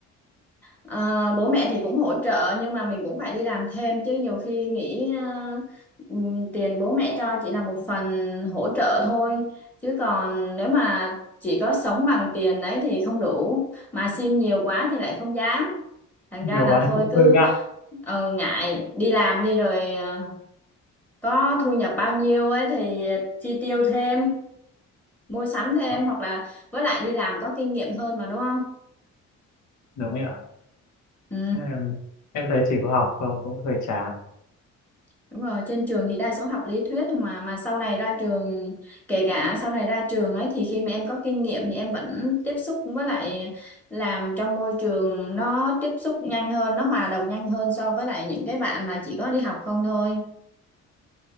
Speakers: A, in the centre; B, on the left.
A: ờ, bố mẹ thì cũng hỗ trợ nhưng mà mình cũng phải đi làm thêm chứ nhiều khi nghĩ ờ, ừm, tiền bố mẹ cho chỉ là một phần hỗ trợ thôi chứ còn nếu mà chỉ có sống bằng tiền đấy thì không đủ mà xin nhiều quá thì lại không dám thành
B: Nhiều
A: ra là
B: quá
A: thôi
B: cũng
A: cứ
B: hơi ngại.
A: ờ, ngại đi làm đi rồi ờ, có thu nhập bao nhiêu ấy thì chi tiêu thêm mua sắm thêm
B: Vâng,
A: hoặc là với lại đi làm có kinh nghiệm hơn mà đúng không?
B: Đúng rồi ạ.
A: Ừ,
B: Ừ. Em thấy chị có học không cũng hơi chán.
A: đúng rồi trên trường thì đa số học lý thuyết mà mà sau này ra trường kể cả sau này ra trường ấy thì khi mà em có kinh nghiệm thì em vẫn tiếp xúc với lại làm trong môi trường nó tiếp xúc nhanh hơn nó hòa đồng nhanh hơn so với lại những cái bạn mà chỉ có đi học không thôi